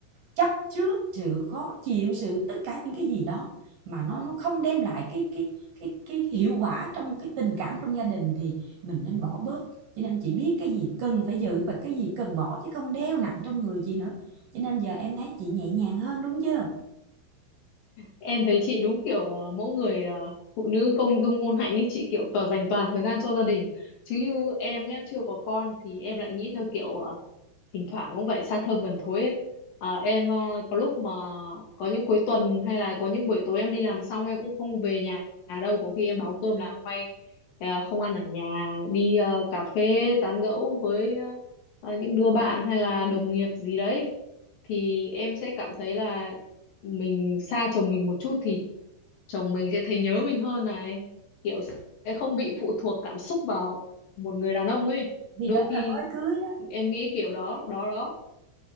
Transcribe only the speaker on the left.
Em thấy chị đúng kiểu ờ, mỗi người ờ, phụ nữ công dung ngôn hạnh ấy chị kiểu tỏ dành toàn thời gian cho gia đình chứ như em nhá chưa có con thì em lại nghĩ theo kiểu ờ, thỉnh thoảng cũng phải xa thơm gần thối ấy. Ờ, em ờ, có lúc mà có những cuối tuần hay là có những buổi tối em đi làm xong em cũng không về nhà đâu có khi em báo cơm là hôm nay ờ, không ăn ở nhà đi ờ, cà phê tán gẫu với ờ, ờ, những đứa bạn hay là đồng nghiệp gì đấy thì em sẽ cảm thấy là mình xa chồng mình một chút thì chồng mình sẽ thấy nhớ mình hơn này kiểu sẽ không bị phụ thuộc cảm xúc vào một người đàn ông ấy
đôi
khi
em nghĩ kiểu đó đó đó